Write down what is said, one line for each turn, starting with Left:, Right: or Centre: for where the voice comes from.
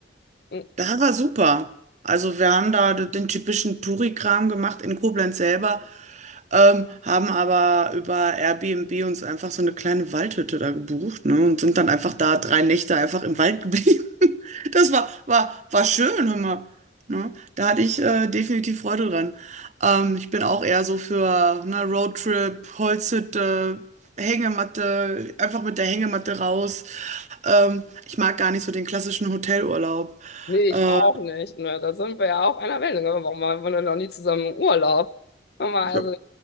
Left: mm,
Right: Das war super. Also wir haben da den typischen Touri-Kram gemacht in Koblenz selber, ähm, haben aber über Airbnb uns einfach so eine kleine Waldhütte da gebucht, ne, und sind dann einfach da drei Nächte einfach im Wald geblieben. <laughs> Das war, war, war schön, hör mal. Ne? Da hatte ich äh, definitiv Freude dran. Ähm, ich bin auch eher so für ne, Roadtrip, Holzhütte, Hängematte, einfach mit der Hängematte raus. Ähm, ich mag gar nicht so den klassischen Hotelurlaub.
Left: Nee, ich
Right: Äh,
Left: auch nicht. Ne? Da sind wir ja auf einer Wellenlänge. Warum waren wir denn noch nie zusammen im Urlaub? Sag mal, Also,
Right: Ja.